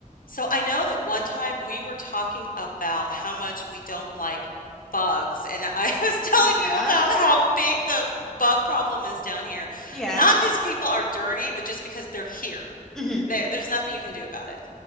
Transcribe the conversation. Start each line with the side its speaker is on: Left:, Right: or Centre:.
Left: So I know that one time we were talking about how much we don't like bugs, and I <laughs> was telling
Centre: Yeah.
Left: you about how big the bug problem is down here.
Centre: Yeah.
Left: Not because people are dirty, but just because they're here.
Centre: hmm
Left: There, there's nothing you can do about it.